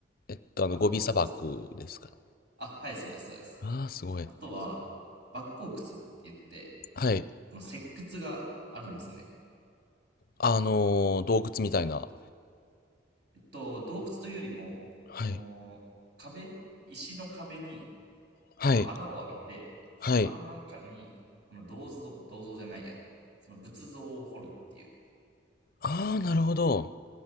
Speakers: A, on the left (about 50°); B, on the right (about 65°).
A: えっと、あの、
B: あと、
A: ゴビ砂漠ですかね。
B: そうです。あ、はい、そうです、そうです。
A: ああ、すごい。
B: あとは、莫高窟って言って、
A: はい。
B: この石窟があるんですね。
A: あのー洞窟みたいな。
B: えっと、洞窟というよりも、
A: はい。
B: その壁、石の壁に
A: はい。
B: この穴を開けて、その穴の中にこの銅像、
A: はい。
B: 銅像じゃないや、その仏像を掘るっていう。
A: ああ、なるほど。